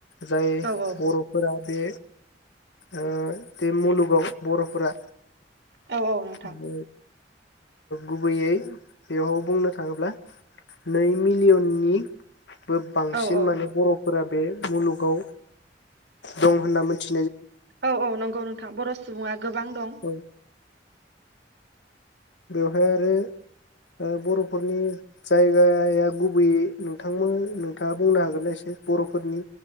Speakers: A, on the left; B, on the right.
A: जाय
B: औ औ
A: बर'फोरा बे ओ बे मुलुगाव बर'फोरा
B: औ औ नोंथां
A: <unintelligible> गुबैयै बेयाव बुंनो थाङोब्ला नै मिलियननि बो बांसिन
B: औ औ
A: माने बर' फोरा बे मुलुगाव दं होनना मिथि
B: औ औ नंगौ नोंथां बर' सुबुङा गोबां दं
A: औ बेवहाय आरो ओ बर'फोरनि जायगाया गुबैयै नोंथां नोंथाङा बुंनो हागोनना एसेसै बर'फोरनि